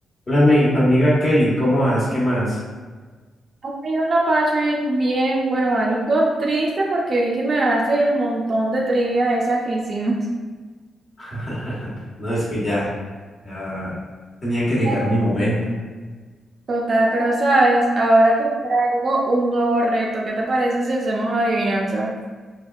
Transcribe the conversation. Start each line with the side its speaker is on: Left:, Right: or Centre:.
Left: Hola, ami- amiga Kelly, ¿cómo vas? ¿Qué más?
Right: Ay, hola Patrick, bien, bueno, algo triste porque vi que me ganaste el montón de trivia esas que hicimos.
Left: <laughs> No, es que ya, ya tenía que llegar
Right: No.
Left: mi momento.
Right: Total, pero sabes, ahora te traigo un nuevo reto. ¿Qué te parece si hacemos adivinanza?